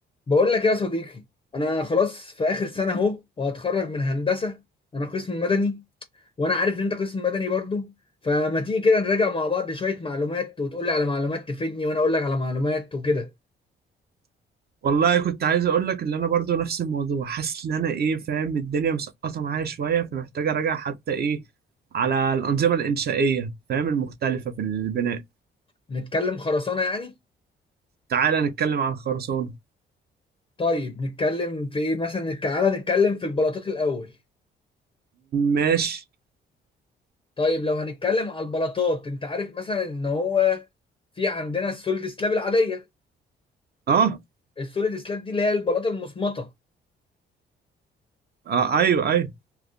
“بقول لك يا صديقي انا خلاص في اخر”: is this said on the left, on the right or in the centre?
Left